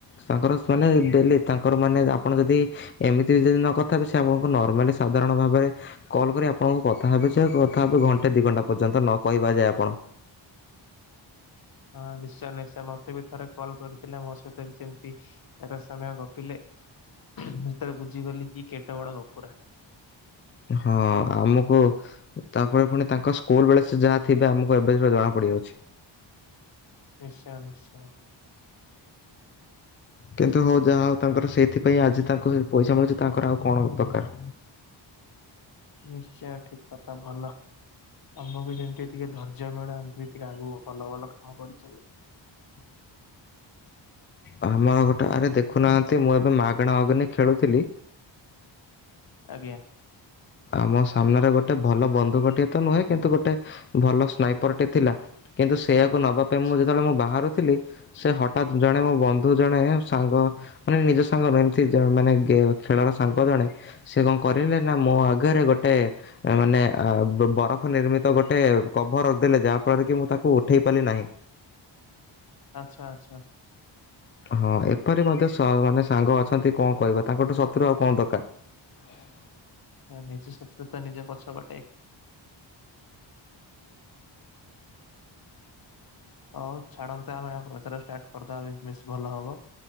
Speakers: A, on the left; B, on the left.
A: ତାଙ୍କର ମାନେ ଡେଲି ତାଙ୍କର ମାନେ ଆପଣ ଯଦି ଏମିତି ଯଦି ନକଥା ହେବେ ସେ ଆପଣଙ୍କୁ ନର୍ମାଲି ସାଧାରଣ ଭାବରେ କଲ୍ କରି ଆପଣଙ୍କୁ କଥା ହେବେ ଯେ କଥା ହେ ଘଟ ଦି ଘଣ୍ଟା ପର୍ଯ୍ୟନ୍ତ ନ କହିବା ଯାଏ ଆପଣ
B: ହଁ ନିଶ୍ଚୟ ନିଶ୍ଚୟ ମତେ ବି ଥରେ କଲ୍ କରିଥିଲେ ମୋ ସହିତ ବି ଯେମିତି ଏକ ସମୟ ଗପିଲେ ମୁ ଯେତେବେଳେ ବୁଝିଗଲି କି କେଟେ ବଡ ଗପୁରା
A: ହଁ ଆମକୁ ତାପରେ ପୁଣି ତାଙ୍କ ସ୍କୁଲ ବେଳେ ଯାହା ଥିବେ ଆମକୁ ଏବେ ଜଣା ପଡ଼ିଯାଉଛି।
B: ନିଶ୍ଚୟ ନିଶ୍ଚୟ।
A: କିନ୍ତୁ ହଉ ଯାହା ହଉ ତାଙ୍କର ସେଇଥିପାଇଁ ଆଜି ତାଙ୍କୁ ସେ ପଇସା ମିଳୁଛି ତାଙ୍କର ଆଉ କଣ ଦରକାର।
B: ନିଶ୍ଚୟ ଠିକ କଥା ଭଲ ଆମକୁ ଯେମତି ଟିକେ ଧୈର୍ଯ୍ୟ ମିଳୁ ଆମ ବି ଟିକେ ଆଗକୁ ଭଲ ଭଲ କାମ କରି ଚାଲିବୁ।
A: ହଁ। ଆମର ଗୋଟ ଆରେ ଦେଖୁନାହାନ୍ତି ମୁଁ ଏବେ ମା କଣା ଅଗ୍ନିକ୍ ଖେଳୁଥିଲି।
B: ଆଜ୍ଞା।
A: ଆମ ସାମ୍ନାରେ ଗୋଟେ ଭଲ ବନ୍ଧୁକଟିଏ ତ ନୁହେଁ କିନ୍ତୁ ଗୋଟେ ଭଲ ସ୍ନାଇପରଟି ଥିଲା କିନ୍ତୁ ସେ ସେୟାକୁ ନବା ପାଇଁ
B: ଆଛା
A: ମୁଁ ଯେତେବେଳେ ମୁଁ ବାହାରୁ ଥିଲି ସେ ହଠତ୍ ଜଣେ ମୋ ବନ୍ଧୁ ଜଣେ ସାଙ୍ଗ ମାନେ ନିଜ ସାଙ୍ଗ ଏମତି ମାନେ ଖେଳର ସାଙ୍ଗ ଜଣେ ସେ କଣ କରିଲେ ନା ମୋ ଆ ଗେରେ ଗୋଟେ ମାନେ ବରଫ ନିର୍ମିତ ଗୋଟେ କଭର ରଖିଦେଲେ ଯାହା ଫଳରେ କି ମୁଁ ତାକୁ ଉଠେଇ ପାରିଲି ନାହିଁ।
B: ଆଛା ଆଛା।
A: ହଁ ଏପରି ମଧ୍ୟ ସ ମାନେ ସାଙ୍ଗ ଅଛନ୍ତି କଣ କହିବା ତାଙ୍କଠୁ ଶତ୍ରୁ ଆଉ କଣ ଦରକାର?
B: ନିଜେ ଶତ୍ରୁତା ନିଜେ ପଛବାଟେ ହଉ ଛାଡନ୍ତେ ଆମେ ବଚାର ଷ୍ଟାର୍ଟ କରିଦବା ବିମି ଭଲ ହବ।